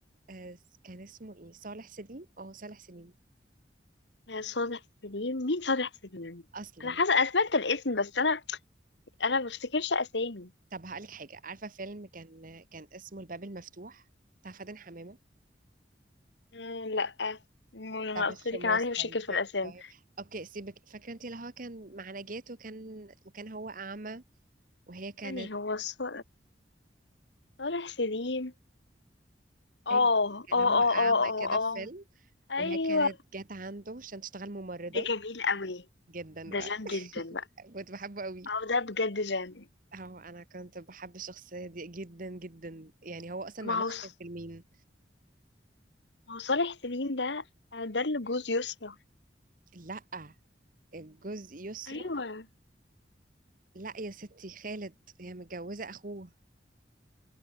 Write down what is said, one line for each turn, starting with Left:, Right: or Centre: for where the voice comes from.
Right: آه، كان اسمه ايه صالح سليم اه صالح سليم
Left: آه، صالح سليم مين صالح سليم؟
Right: اصلا
Left: أنا حاسة أنا سمعت الاسم بس أنا أنا ما بفتكرش أسامي
Right: طب هقولك حاجه عارفه فيلم كان كان اسمه الباب المفتوح بتاع فاتن حمامه
Left: مم، لأ مم، لما
Right: بتاع بالشموع
Left: قلت لي كان عندي
Right: السوداء
Left: مشاكل في الأسامي
Right: طيب اوكي سيبك فاكره انت اللي هو كان مع نجاة وكان وكان هو اعمى وهي كانت
Left: تاني هو ص- صالح سليم اه
Right: ايوه
Left: اه
Right: كان
Left: اه
Right: هو اعمى
Left: اه اه
Right: كده
Left: اه
Right: في فيلم
Left: أيوه
Right: وهي كانت جت عنده عشان تشتغل ممرضه
Left: ده جميل قوي
Right: جدا
Left: ده
Right: بقى.
Left: جامد جدا بقى
Right: كنت بحبه قوي
Left: اه ده بجد جامد
Right: هو انا كنت بحب الشخصيه دي جدا جدا يعني هو اصلا
Left: ما
Right: ما عملش
Left: هو ص-
Right: كده في فيلمين
Left: ما هو صالح سليم ده آه، ده اللي جوز يسرا
Right: لا الجزء يسرا
Left: أيوه
Right: لا يا ستي خالد هي متجوزه اخوه